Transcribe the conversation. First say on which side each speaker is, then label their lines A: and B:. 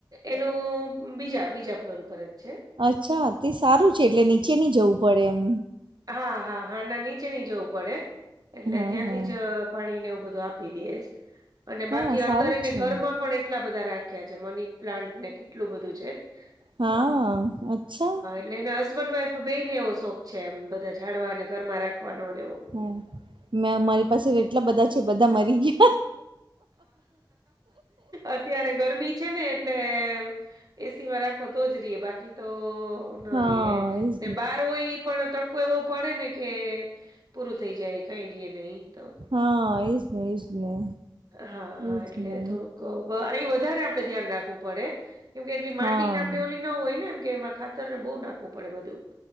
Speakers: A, on the right; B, on the right.
A: એનું બીજા બીજા ફ્લોર ઉપર જ છે.
B: અચ્છા તે સારું છે એટલે નીચે ની જવું પડે એમ.
A: હા, હા, હા, ના, નીચે નહી જવું પડે એટલે
B: હા
A: ત્યાંથી
B: હા
A: જ પાણીને એવું બધું આપી દે છ અને
B: હા
A: બાકી
B: સારું
A: અંદરને
B: છે
A: ઘરમાં પણ એટલા બધા રાખ રાખ્યા છે મની પ્લાન્ટને કેટલું બધું છે,
B: હા
A: હ,
B: અચ્છા
A: હ એટલે એને હસબન્ડ વાઈફ બેઈ ને એવો શોખ છે એમ બધા જાડવા અને ઘરમાં રાખવાનો ને એવો
B: હા મે અમારી પાસે એટલા બધા છે બધા મરી ગયા.
A: અત્યારે ગરમી છે ને એટલે એ સી માં રાખ ખો તો જ રે બાકી તો ન
B: હા
A: રે
B: એજ
A: ને બાર હોય ઈ પણ તડકો એવો પડે ને કે પૂરું થઈ જાય કઈ રી નહી તો.
B: હા એજ ને, એજ ને.
A: હા, હા
B: એજ
A: એટલે
B: ને
A: થોડુંક અહી વધારે આપડે ધ્યાન રાખવું પડે. કેમ કે એટલી માટીને
B: હા
A: આપડે ઓલી ના હોય ને એમ કે એમાં ખાતર ને બહુ નાખવું પડે બધું.